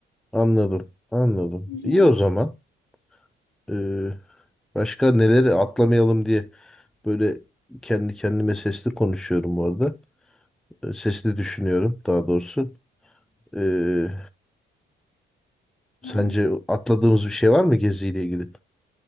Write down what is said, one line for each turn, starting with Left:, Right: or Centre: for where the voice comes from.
Centre: anladım. Anladım.
Left: Hı hı.
Centre: İyi o zaman. E, başka neleri atlamayalım diye böyle kendi kendime sesli konuşuyorum bu arada. sesini düşünüyorum daha doğrusu. Ee, sence
Left: Hı.
Centre: atladığımız bir şey var mı geziyle ilgili,